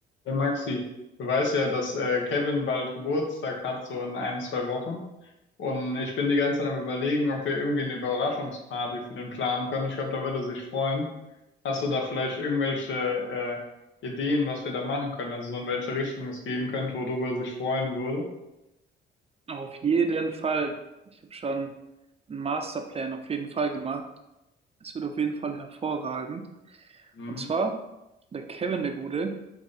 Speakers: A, on the left (about 70°); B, on the right (about 30°).
A: Der Maxi, du weißt ja, dass äh, Kevin bald Geburtstag hat, so in ein, zwei Wochen. Und ich bin die ganze Zeit am Überlegen, ob wir irgendwie eine Überraschungsparty für den planen können. Ich glaube, da würde er sich freuen. Hast du da vielleicht irgendwelche äh, Ideen, was wir da machen können? Also so in welche Richtung es gehen könnte, worüber er sich freuen würde?
B: Auf jeden Fall. Ich habe schon einen Masterplan auf jeden Fall gemacht. Es wird auf jeden Fall hervorragend.
A: Mhm.
B: Und zwar, der Kevin, der Gute,